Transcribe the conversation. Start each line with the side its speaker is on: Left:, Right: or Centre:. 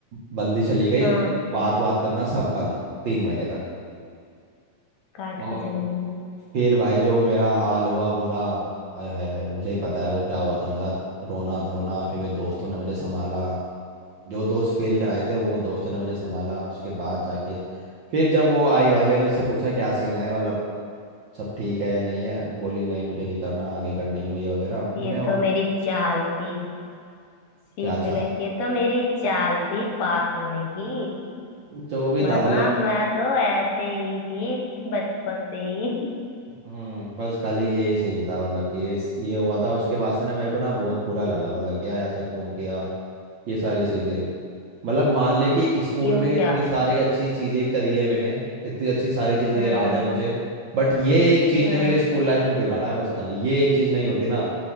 Right: बंदी चली गई
Left: हाँ
Right: बात बात करना सब बंद तीन महीने तक
Left: काट
Right: और
Left: के चली गई
Right: फिर भाई जो मेरा हाल हुआ बुरा हाय हाय हाय मुझे ही पता है वो क्या हुआ था मेरे साथ रोना धोना फिर मेरे दोस्तों ने मुझे संभाला जो दोस्त फेल कराए थे वो दोस्तों ने मुझे संभाला उसके बाद जाके फिर जब वो आई भाई मैंने उससे पूछा क्या सीन है मतलब सब ठीक है या नहीं है बोली नहीं मुझे नहीं करना आगे कंटिन्यू ये वगैरह मैंने
Left: ये
Right: वो-
Left: तो मेरी चाल थी शी
Right: क्या
Left: इज
Right: अच्छा
Left: लाइक ये तो मेरी चाल थी पास होने की
Right: जो भी
Left: वरना
Right: था मतलब
Left: मैं तो ऐसे ही थी बचपन से ही
Right: हम्म बस खाली यही सीन था मतलब कि ये ये हुआ था उसके बाद से ना मेरे को ना बहुत बुरा लगा मतलब कि यार ऐसा क्यों किया ये सारी चीज़ें मतलब मान ले कि स्कूल
Left: <laughs> यूं
Right: में इतनी
Left: क्या
Right: सारी अच्छी चीजें करी है मैंने इतनी अच्छी सारी चीजें
Left: हम्म
Right: याद है मुझे बट ये एक चीज
Left: हम्म
Right: ने मेरी स्कूल लाइफ को बिगाड़ा है बस खाली ये एक चीज नहीं होती ना